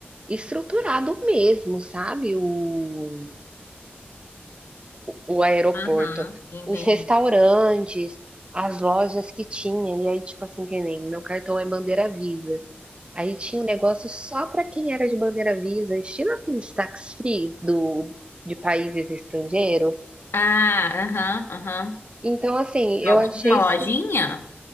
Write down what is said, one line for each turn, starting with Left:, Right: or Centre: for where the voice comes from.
Right: estruturado mesmo, sabe? O, o aeroporto,
Left: Aham, entendi.
Right: os restaurantes, as lojas que tinha, e aí, tipo assim, que nem meu cartão é bandeira Visa. Aí tinha um negócio só para quem era de bandeira Visa, estilo aqueles tax free do, de países estrangeiros.
Left: Ah, aham, aham.
Right: Então, assim, eu
Left: Alguma
Right: achei isso
Left: lojinha?